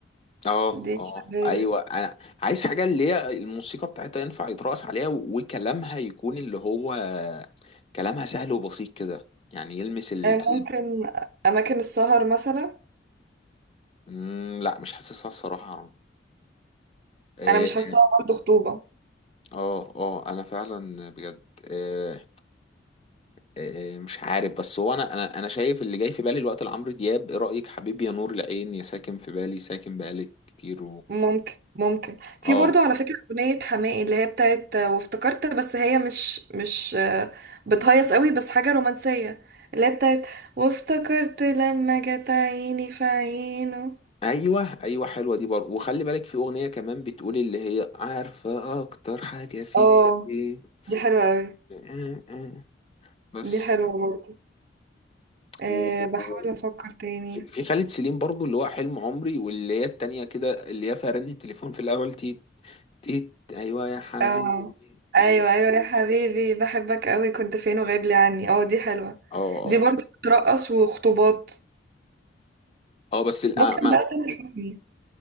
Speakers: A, on the left; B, on the right.
A: اه
B: دي
A: اه
B: شغالة
A: ايوه انا عايز حاجه اللي هي الموسيقى بتاعتها ينفع يترقص عليها و- وكلامها يكون اللي هو كلامها سهل وبسيط كده يعني يلمس القلب
B: آه، ممكن آه، اماكن السهر مثلا
A: مم لا مش حاسسها الصراحه يا رامي. إيه
B: انا مش حاساها برضه خطوبة
A: اه اه انا فعلا بجد إيه إيه مش عارف بس هو انا انا انا شايف اللي جاي في بالي الوقت لعمرو دياب ايه رايك حبيبي يا نور العين يا ساكن في بالي ساكن بقالي كتير
B: ممكن ممكن في
A: اه
B: برضو على فكرة أغنية حماقي اللي هي بتاعت وافتكرت بس هي مش مش آه، بتهيص قوي بس حاجة رومانسية اللي هي بتاعت وافتكرت لما جت عيني في عينه
A: ايوه ايوه حلوه دي برضه وخلي بالك في اغنيه كمان بتقول اللي هي عارفه اكتر حاجه فيك
B: اه
A: ايه
B: دي حلوة قوي
A: آه، آه. بس
B: دي حلوة برضو أه
A: و-
B: بحاول
A: و-
B: أفكر تاني
A: في خالد سليم برضه اللي هو حلم عمري واللي هي التانية كده اللي هي فيها رن التليفون في الاول تيت تيت ايوه يا حبيبي
B: اه أيوة
A: إيه.
B: أيوة يا حبيبي بحبك قوي كنت فين وغايب لي عني اه دي حلوة
A: اه
B: دي
A: اه
B: برضو بترقص وخطوبات
A: اه بس ال-
B: ممكن
A: آه، ما
B: بقى تامر حسني